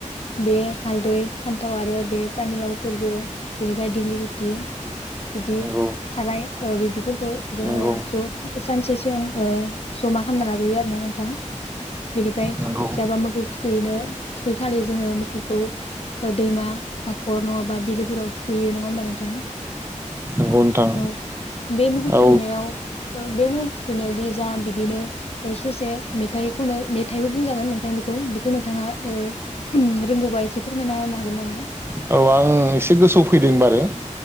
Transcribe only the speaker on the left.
बे हालदै फान्थाव आरो बे पानिलाव फोरबो बेनिफ्राय दैलि गुटि बिदि
थाराय ओ बिब्दिफोरखौ जोङो
ज सानसे सिगां ओ जमा खालामना लाग्रोयो आरोोना नोंथां। बेनिफ्राय
जाबा मोसौ थु थुखैनो थुखै खालि जोङो मोसौखौ दैमा हाखर नङाबा बिलोफोराव थुखैयो नङा होमबा नोंथां?
औ बे मोसौ
थुुबैनायाव बे मोसौ थुखैनायाव जा बिदिनो ससे मेथाइखौनो मेथाइबो बुंजागोन नोंथां बेखौ बेखौ नोंथाङा ओ रोंगौबा एसे फोरमायना होनो हागोन नामा